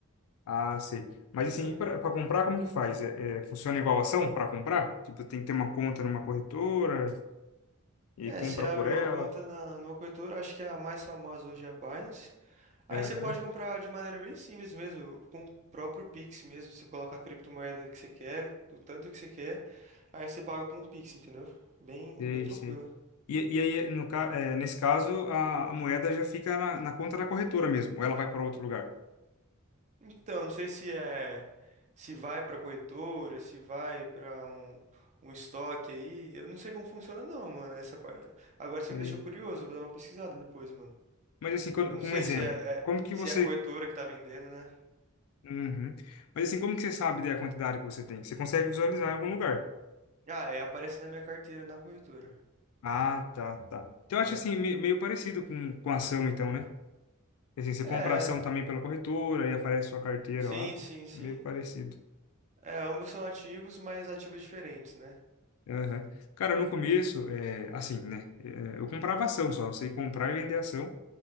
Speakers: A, on the left (about 80°); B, on the right (about 35°).
A: Ah, sei. Mas assim,
B: entendeu?
A: e para comprar, como que faz? É, é, funciona igual ação para comprar? Tipo, tem que ter uma conta numa corretora e
B: É,
A: compra
B: você abre
A: por
B: uma
A: ela.
B: conta na, numa corretora, acho que é a mais famosa hoje é a Binance. Aí
A: Aham,
B: você pode comprar de maneira bem simples mesmo, com o próprio Pix mesmo. Você coloca a criptomoeda que você quer, do tanto que você quer, aí você paga com o Pix, entendeu? Bem,
A: Sei,
B: bem tranquilo.
A: sei. E, e aí, no, ca- é, nesse caso, a, a moeda já fica na, na conta da corretora mesmo, ou ela vai para outro lugar.
B: Então, não sei se é se vai pra corretora, se vai pra um, um estoque aí. Eu não sei como funciona não, mano, essa parte. Agora você
A: Sei.
B: me deixou curioso, eu vou dar uma pesquisada depois, mano.
A: Mas assim, quando,
B: Eu não sei
A: um exemplo,
B: se é, é-
A: como que
B: se
A: você.
B: é a corretora que tá vendendo, né?
A: Uhum. Mas assim, como que você sabe da quantidade que você tem? Você consegue visualizar em algum lugar?
B: Ah, é, aparece na minha carteira na corretora,
A: Ah, tá, tá. Então,
B: entendeu?
A: eu acho assim, me- meio parecido com, com ação, então, né? E Assim, você
B: É,
A: compra ação também pela corretora e aparece sua carteira
B: sim,
A: lá.
B: sim, sim.
A: Meio parecido.
B: É, ambos são ativos, mas ativos diferentes, né?
A: Aham. Cara, no começo, é, assim, né? é, eu comprava ação só. Eu sei comprar e vender ação.